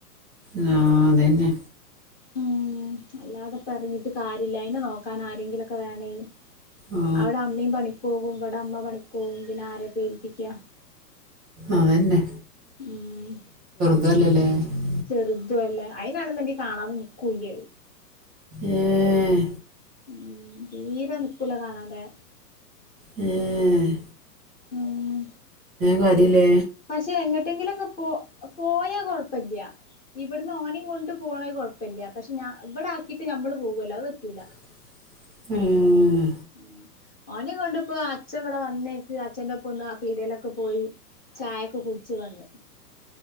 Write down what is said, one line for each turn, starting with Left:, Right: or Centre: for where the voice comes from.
Right: ആഹ അതന്നെ
Left: ഉം അല്ലാതെെ ഇപ്പോ ഇറങ്ങിട്ട് കാര്യല്ല അയിനെ നോക്കാൻ ആരെങ്കിലുമൊക്കെ വേണേയ്
Right: ആ
Left: അവിടെ അമ്മയും പണിക്ക് പോവും ഇവിടെ അമ്മ പണിക്ക് പോകും പിന്നെ ആരെ ഏൽപ്പിക്കാ
Right: ആഹ ന്നെ
Left: ഉം
Right: <unintelligible>
Left: ചെറുതുംല്ല അയ്നാണന്നുണ്ടെങ്കി കാണാതെ നിക്കൂല്ല
Right: ഏഹ്
Left: ഉം തീരെ നിക്കൂല കാണാതെ
Right: ഏഹ്
Left: ഉം
Right: കാര്യല്ലേ
Left: പക്ഷെ എങ്ങോട്ടെങ്കിലും ഒക്കെ പോ പോയാ കൊഴപ്പില്ല ഇവിടുന്ന് ഓനെയും കൊണ്ട് പോയാ കൊഴപ്പമില്ല പക്ഷെ ഞാ ഇവിടെ ആക്കീട്ട് നമ്മള് പോ കൊല്ലോ അത് പറ്റൂല
Right: <inaudible> ഏഹ്
Left: ഉം ഓനെ കൊണ്ടിപ്പോ അച്ഛൻ ഇവിടെ വന്നേക്ക് അച്ഛന്റെ ഒപ്പം ഒന്ന് ആ പീടകയിലൊക്കെ നന് പോയി ചായൊക്കെ കുടിച്ച് വന്ന്